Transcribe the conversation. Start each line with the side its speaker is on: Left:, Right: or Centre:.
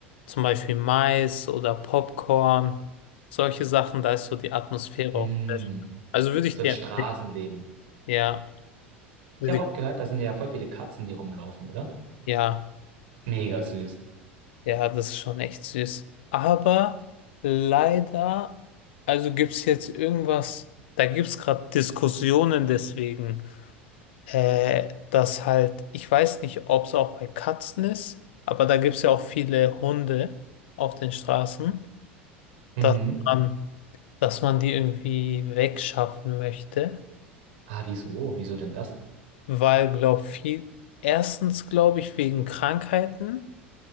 Left: zum Beispiel Mais oder Popcorn, solche Sachen, da ist so die Atmosphäre
Right: Mm,
Left: auch sehr schön. Also würde ich
Right: so
Left: dir
Right: das Straßenleben.
Left: empfehlen. Ja, würde
Right: Ich habe
Left: ich,
Right: auch gehört, da sind ja voll viele Katzen, die rumlaufen, oder?
Left: ja,
Right: Mega süß.
Left: ja, das ist schon echt süß. Aber leider, also gibt es jetzt irgendwas, da gibt es gerade Diskussionen deswegen. äh, dass halt, ich weiß nicht, ob es auch bei Katzen ist, aber da gibt es ja auch viele Hunde auf den Straßen,
Right: Mhm.
Left: dass man, dass man die irgendwie wegschaffen möchte,
Right: Ah, wieso? Wieso denn das?
Left: weil, glaube viel, erstens glaube ich wegen Krankheiten,